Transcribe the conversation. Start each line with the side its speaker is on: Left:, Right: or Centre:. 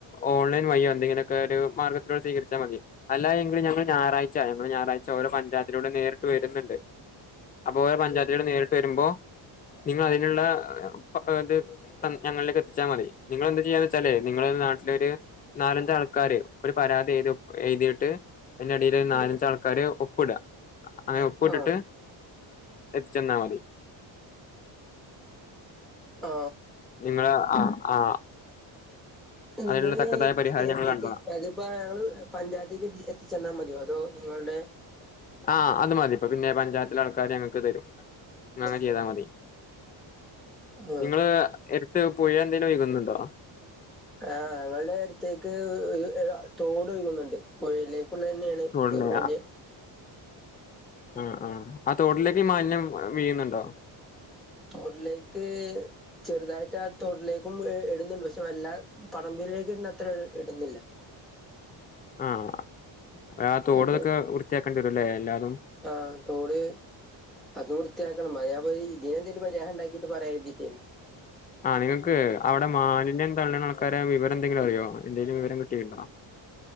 Left: ഓൺലൈൻ വയ്യോ എന്തെങ്കിലുമൊക്കെ ഒരു മാർഗത്തിലൂട് സ്വീരിച്ചാൽ മതി അല്ല എങ്കും <unintelligible> ഞായറാഴ്ച ഞങ്ങൾ ഞായറാഴ്ച ഓരോ പഞ്ചായത്തിലൂടെ നേരിട്ട് വരുന്നുണ്ട് അപ്പോ ഓരോ പഞ്ചായത്തുകൾ നേരിട്ട് വരുമ്പോ നിങ്ങ അതിനുള്ളത് <unintelligible> <inaudible> ഞങ്ങളിലേക്ക് എത്തിച്ചാൽ മതി നിങ്ങൾ എന്ത് ചെയ്യാ, <unintelligible> നിങ്ങള് നാട്ടിലൊ ഒരു നാലഞ്ച ആൾക്കാര് ഒരു പരാതി <unintelligible> എഴുതിട്ട് അതിന്റെ അടിയിൽ ഒരു നാലഞ്ച ആൾക്കാാര് ഒപ്പ ഇടുക അങ്ങനെ ഒപ്പ ഇട്ടിട്ട്
Centre: ആഹ്
Left: ചെന്നമതി
Centre: ആ
Left: നിങ്ങൾ ആ ആ
Centre: നിങ്ങള്
Left: അതിനുള്ള തക്കതായ പരിഹാരം
Centre: എവിടേക്ക
Left: ഞങ്ങൾ കണ്ടോളാം
Centre: അതിപ്പോ ഞങ്ങള് പഞ്ചായത്തേക്ക് എത്തിച്ചെന്നാൽ മതിയോ അതോ? നിങ്ങളുടെ
Left: ആഹ് അത് മതി ഇപ്പ പിന്നെ പഞ്ചായത്തിലെ ആൾക്കാാര് ഞങ്ങൾക്ക് തരും ന അങ്ങനെ
Centre: ഓക്കെ
Left: ചെയ്താ
Centre: ഓക്കെ
Left: മതി
Centre: ആഹ്
Left: നിങ്ങള് എടുത്ത് പുഴ എന്തേലും ഒഴു കുന്നുണ്ടോ?
Centre: ആഹ് ഞങ്ങളുടെ അടുത്തേക്ക് <unintelligible> തോട് ഒഴുകുന്നുണ്ട് പുഴലേക്ക് <unintelligible>
Left: തോടില് ആഹ ആഹ് ആ തോട്ടിലേക്ക് ഈ മാലിന്യം വീയുന്നുണ്ടോ?
Centre: തോട്ടിലേക്ക് ചെറുതായിട്ട് ആ തോട്ടിലേക്കും ഇടുന്നുണ്ട് പക്ഷെ വല്ല പറമ്പിലിലേക്ക് ഇട അത്ര ഇടുന്നില്ല,
Left: ആഹ അ തോടതൊക്കെ
Centre: അത്
Left: വൃത്തിയാക്കേണ്ടി വരുല്ലേ എല്ലാതും
Centre: ആഹ് തോട് അത് വൃത്തിയാക്കണം ഞാൻ ഇതിനെന്തെങ്കലും പരിഹാരം ഉണ്ടാക്കിയിട്ട് പറയൻ വേണ്ടിട്ടാണ്
Left: ആഹ നിങ്ങക്ക് അവിടെ മാലിന്യം തള്ളുന്ന ആൾക്കാരെ വിവരം എന്തെങ്കിലും അറിയോ? എന്തെലും വിവരം കിട്ടിയിട്ടുണ്ടോ